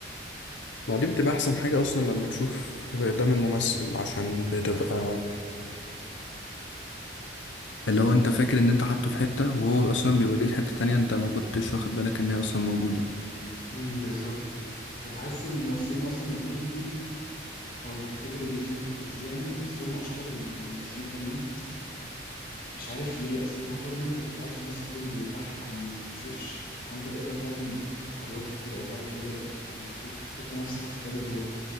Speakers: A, on the left (about 80°); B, on the left (about 50°).
A: ما دي بتبقى احسن حاجة اصلا لما تشوف دم الممثل عشان بتبقى اللي هو انت فاكر ان انت حاطه في حتة وهو اصلا بيوريك حتة تانية انت ما كنتش واخد بالك ان هي اصلا موجودة
B: امم بالظبط وبحس الممثلين اصلا الكوميدي او الكاتيجوري دي في التمثيل يعني بحسهم اشطر من الممثلين التانيين مش عارف ليه اصل انت حر ان انت بتعرف تمثل كوميدي بتضحك وما بتتكسفش فانت تقدر تعمل ادوار كتير او تع- تقدر يعني تخش تحط نفسك في كذا دور